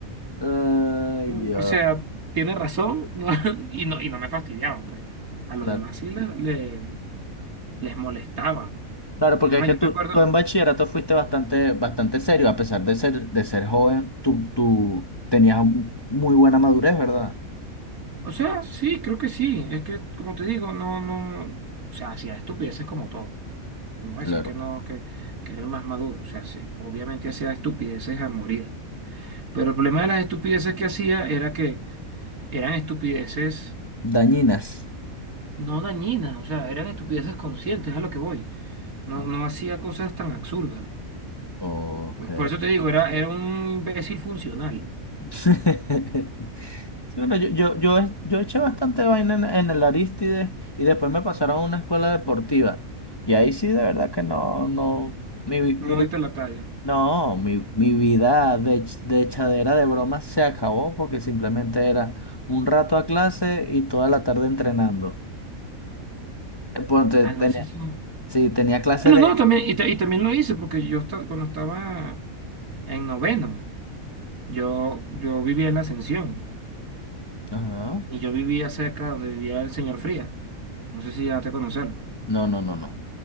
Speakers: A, on the left; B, on the right.
A: Ay,
B: "Mm,
A: Dios.
B: o sea, tiene razón, ¿no?". <laughs> y no, y no me fastidiaban, pues. A los
A: Claro,
B: demás sí le- le- les molestaban.
A: claro, porque
B: Es más,
A: es que
B: yo
A: tú,
B: recuerdo,
A: tú en bachillerato fuiste bastante, bastante serio, a pesar de ser, de ser joven, tú, tú tenías un- muy buena madurez, ¿verdad?
B: o sea, sí, creo que sí, es que, como te digo, no, no, o sea, hacía estupideces como todo. No voy
A: Claro.
B: a decir que no, que, que era el más maduro. O sea, sí, obviamente hacía estupideces a morir. Pero el problema de las estupideces que hacía era que eran estupideces
A: Dañinas.
B: no dañinas, o sea, eran estupideces conscientes, a lo que voy. No,
A: Ah,
B: no hacía cosas tan absurdas.
A: Ok.
B: Por por eso te digo, era, era un imbécil funcional.
A: <laughs> Sí, bueno, yo, yo, yo, he- yo eché bastante vaina en, en el Aristides y después me pasaron a una escuela deportiva. Y ahí sí, de verdad que no, no, mi, vi- mi,
B: No
A: vi-
B: diste la talla.
A: no, mi, mi vida de, ch- de echadera de bromas se acabó porque simplemente era un rato a clase y toda la tarde entrenando. Eh, Ponte,
B: Ah,
A: tenía,
B: no, eso sí.
A: sí, tenía clase
B: Bueno,
A: de...
B: no, también, y, ta- y también lo hice, porque yo esta- cuando estaba en noveno, yo, yo vivía en la Ascensión,
A: Ajá.
B: y yo vivía cerca de donde vivía el señor Fría. No sé si ya te conocerlo.
A: No, no, no, no.